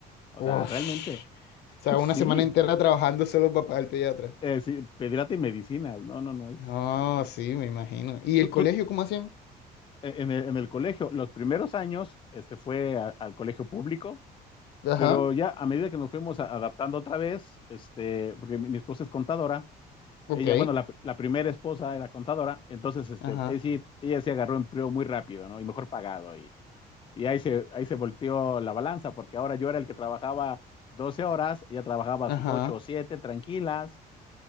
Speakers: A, on the left; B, on the left.
A: O
B: Ush.
A: sea, realmente.
B: O sea,
A: <laughs> Sí,
B: una semana entera trabajando solo para pagar el pediatra.
A: eh, sí, pediatra y medicinas, no, no, no, es,
B: No,
A: sí.
B: sí, me imagino. ¿Y
A: Tú,
B: el colegio
A: tú,
B: cómo hacían?
A: eh, en el, en el colegio, los primeros años, este, fue a- al colegio público,
B: Ajá,
A: pero ya a medida que nos fuimos a- adaptando otra vez, este, porque mi, mi esposa es contadora,
B: ok.
A: ella, bueno, la, la primera esposa era contadora, entonces, este,
B: Ajá,
A: es decir, ella se agarró empleo muy rápido, ¿no? Y mejor pagado, y, y ahí se, ahí se volteó la balanza, porque ahora yo era el que trabajaba 12 horas, ella trabajaba
B: ajá.
A: sus 8 o 7 tranquilas,